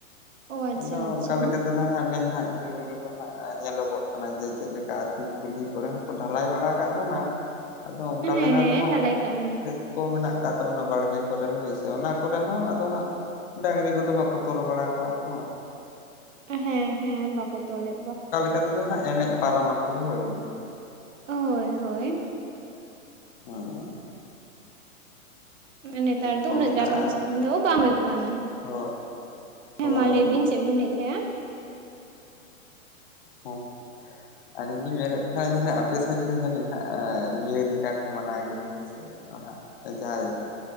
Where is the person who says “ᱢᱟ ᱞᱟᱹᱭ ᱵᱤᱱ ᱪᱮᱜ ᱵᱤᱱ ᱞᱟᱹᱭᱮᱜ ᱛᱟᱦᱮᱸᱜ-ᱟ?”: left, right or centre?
Right